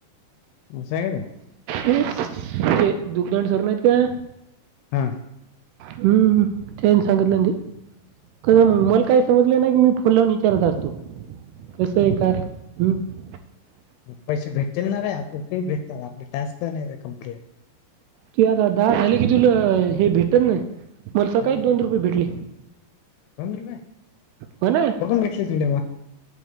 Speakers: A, on the left; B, on the right.
A: म सग आहे <unintelligible>
B: ते दुग्धड सर नाहीत काय <unintelligible>
A: हां <unintelligible>
B: हम्म तेन सांगितलंी क म
A: हो
B: मला काय <unintelligible> समजलं ना की मी फुून विचारत असतो कसं आहे का हम् <unintelligible>
A: ग पैसे भेटतील नाणार आपले काही भेटत आपले टास्क तर नाही कंप्लीट. <unintelligible>
B: तू आता दहा झाली की तुला हे भेटत नाही मला स
A: काय
B: काळीत दोन रुपये भेटले. <unintelligible>
A: दोन रुपये
B: हो ना
A: बघून घेतले